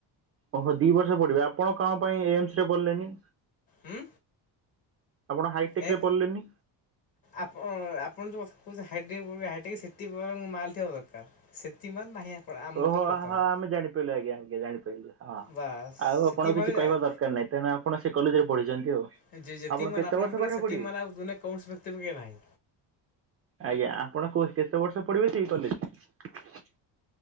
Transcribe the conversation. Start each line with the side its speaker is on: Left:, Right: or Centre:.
Right: ଓହୋ, ଦି ବର୍ଷ ପଢ଼ିବେ। ଆପଣ କଣ ପାଇଁ ଏମ୍ସରେ ପଢିଲେନି?
Left: ଉଁ
Right: ଆପଣ ହାଇଟେକ୍
Left: ଏଁ
Right: ରେ ପଢିଲେନି
Left: ଆପଣ-ଆପଣ ଯୋଉ କଥା କଉଚ ହାଇଟେକ୍ ପଢ଼ିବି ହାଇଟେକରେ ସେତିକି ବରଂ ମାଲ୍ ଥିବା ଦରକାର। ସେତିକି ମାଲ୍ ନାହିଁ ଆମ ଆପଣ
Right: ଓହୋ
Left: ଉପରେ ବର୍ତ୍ତମାନ
Right: ହୋ ଆମେ ଜାଣିପାଇଲୁ, ଆଜ୍ଞା ଆଜ୍ଞା ଜାଣିପାଇଲୁ। ହଁ।
Left: ବାସ୍
Right: ଆଉ
Left: ସେତିକି
Right: ଆପଣଙ୍କୁ
Left: ମାଲ
Right: କିଛି କହିବା ଦରକାର ନାହିଁ, ତେଣୁ ଆପଣ ସେ କଲେଜରେ ପଢିଛନ୍ତି ଆଉ।
Left: ଯିଏ ଯେତିକି
Right: ଆପଣ
Left: ମାଲ୍
Right: କେତେ
Left: ଆପଣଙ୍କ
Right: ବର୍ଷ
Left: ଘରେ,
Right: ପାଠ
Left: ସେତିକି
Right: ପଢିବେ?
Left: ମାଲ୍ ଆଉ ଦୁନିଆରେ କୌଣସି ବ୍ୟକ୍ତି ପାଖେରେ ନାହିଁ।
Right: ଆଜ୍ଞା। ଆପଣ କୋଉ କେତେ ବର୍ଷ ପଢ଼ିବେ ସେଇ କଲେଜ?